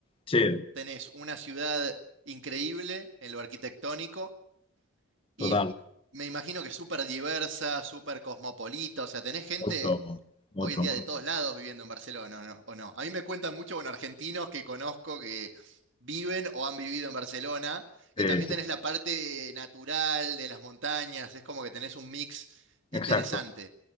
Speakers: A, on the left (about 25°); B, on the right (about 55°).
A: Sí,
B: tenés una ciudad increíble en lo arquitectónico Y
A: total.
B: me imagino que súper diversa, súper cosmopolita, o sea, tenés gente
A: Mucho, mucho.
B: hoy en día
A: mucho.
B: de todos lados viviendo en Barcelona, ¿no? ¿O no? A mí me cuentan mucho con argentinos que conozco que viven o han vivido en Barcelona, y
A: Sí,
B: también
A: sí,
B: tenés
A: sí.
B: la parte natural de las montañas, es como que tenés un mix interesante.
A: Exacto.